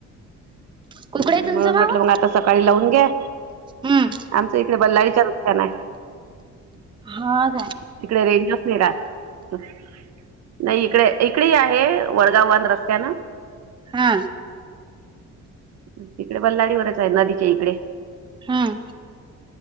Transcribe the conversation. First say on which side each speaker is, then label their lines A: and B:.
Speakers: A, on the right (about 15°); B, on the right (about 60°).
A: कुकडे
B: ह्
A: आहे तुमचं
B: म्हणून
A: बाबा
B: म्हटलं मग आता सकाळी लावून घ्या
A: हम्म
B: आमचं इकडे बल्लारीच नुकसान आहे.
A: हा.
B: तिकडे रेंज नसते. <unintelligible> नाही इकडे इकडे आहे वडगाववान रस्त्या ना.
A: हा.
B: तिकडे बल्लाडीवरच आहे नदीच्या इकडे.
A: हमम.